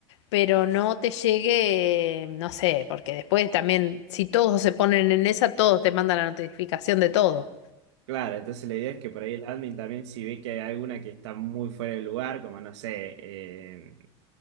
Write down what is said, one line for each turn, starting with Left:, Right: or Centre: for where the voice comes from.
Left: pero no te llegue, eh, no sé, porque después también, si todos se ponen en esa, todos te mandan la notificación de todo.
Right: claro. Entonces, la idea es que por ahí el admin también, si ve que hay alguna que está muy fuera de lugar, como no sé. eh,